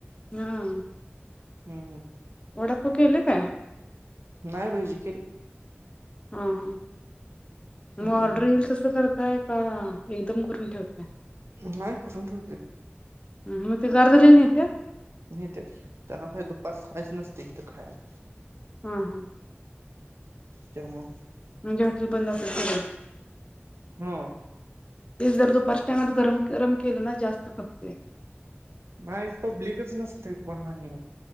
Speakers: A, on the left; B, on the right.
A: हम्
B: हम्म
A: वडापाव केली काय
B: नाही भजिकेल
A: हा हा मग
B: हम्म
A: ऑर्डर येईल तसं करताय का एकदम करून ठेवताय
B: नाही करून ठेवतोय
A: ह मग ते गार झालेल न्हेतात
B: न्हेत्यात की त्याला काय दुपार सकाळच नसते इथं खायला
A: हा हा
B: त्या मुळे
A: म्हणजे हॉटेल बंद असतय सगळे
B: हा
A: ते जर दुपारच्या टाइमाला गरम गरम केले ना जास्त खपतेय
B: नाही एक पब्लिकच नसतय कोण आणि